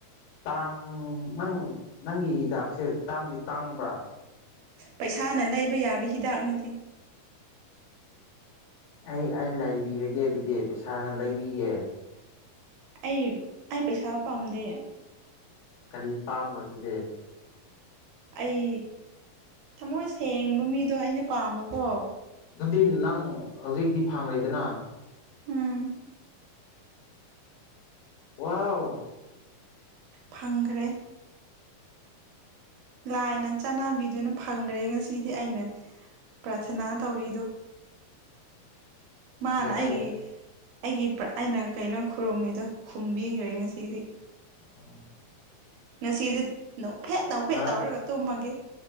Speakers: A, on the left (about 85°); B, on the right (about 80°).
A: ꯇꯥꯡ ꯅꯪ ꯅꯪꯒꯤ ꯍꯤꯗꯥꯛꯁꯦ ꯇꯥꯡꯗꯤ ꯇꯥꯡꯕ꯭ꯔ
B: ꯄꯩꯁꯥꯅ ꯂꯩꯕ ꯌꯥꯕ ꯍꯤꯗꯥꯛꯅꯠꯇꯦ
A: ꯑꯩ ꯑꯩ ꯂꯩꯕꯤꯔꯒꯦ ꯑꯗꯨꯗꯤ ꯄꯩꯁꯥꯅ ꯂꯩꯕꯤꯒꯦ
B: ꯑꯩ ꯑꯩ ꯄꯩꯁꯥ ꯄꯥꯝꯗꯦ
A: ꯀꯔꯤ ꯄꯥꯝꯕ꯭ꯔ ꯑꯗꯨꯗꯤ
B: ꯑꯩ ꯊꯃꯣꯏ ꯁꯦꯡꯕ ꯃꯤꯗꯣ ꯑꯩꯅ ꯄꯥꯝꯕꯀꯣ
A: ꯑꯗꯨꯗꯤ ꯅꯪ ꯍꯧꯖꯤꯛꯇꯤ ꯐꯪꯂꯤꯗꯅ
B: ꯎꯝ
A: ꯋꯥꯎ
B: ꯐꯪꯒ꯭ꯔꯦ ꯂꯥꯏꯅ ꯆꯠꯅꯕꯤꯗꯨꯅ ꯐꯪꯈ꯭ꯔꯦ ꯉꯁꯤꯗꯤ ꯑꯩꯅ ꯄ꯭ꯔꯥꯊꯅꯥ ꯇꯧꯔꯤꯗꯣ ꯃꯥꯅ
A: ꯑꯩ
B: ꯑꯩꯒꯤ
A: ꯑꯩ
B: ꯑꯩꯒꯤ ꯑꯩꯅ ꯀꯩꯅꯣ ꯈꯨꯔꯨꯝꯃꯤꯗꯣ ꯈꯨꯝꯕꯤꯈ꯭ꯔꯦ ꯉꯁꯤꯗꯤ
A: ꯎꯝ
B: ꯉꯁꯤꯗꯤ ꯅꯣꯛꯐꯦꯠ ꯅꯣꯛꯐꯦꯠ
A: ꯉꯔꯥꯡ
B: ꯇꯧꯔꯒ ꯇꯨꯝꯃꯒꯦ